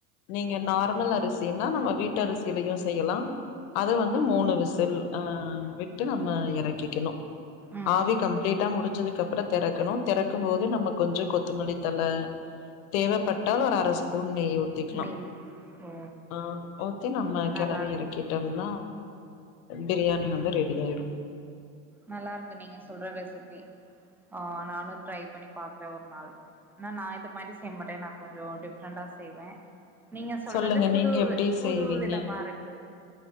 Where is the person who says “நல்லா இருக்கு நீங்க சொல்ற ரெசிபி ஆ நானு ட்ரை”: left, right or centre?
Centre